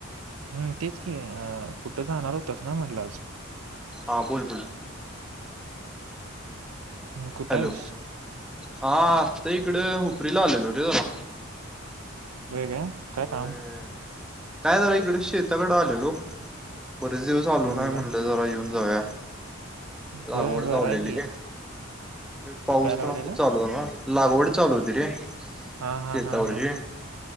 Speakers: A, on the right; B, in the centre.
A: हम् तेच कि आहे कुठं जाणार होतस ना म्हटलं आज
B: हा बोल बोल
A: हम कुठं
B: हॅलो
A: आहेस?
B: हा आता इकडे हुपरीला आलेलो रे जरा.
A: होय का काय
B: होय
A: काम?
B: काय जरा इकडे शेताकडे आलेलो बरेच दिवस आलो
A: होय
B: नाही
A: काय
B: म्हटलं जरा येऊन जाऊया.
A: होय
B: लागवड
A: बरं
B: लावलेली
A: आहे की
B: रे पाऊस
A: काय लावलेलं
B: पण आता चालू झाला ना. लागवड चालू होती रे.
A: हा हा
B: शेतावरची
A: हां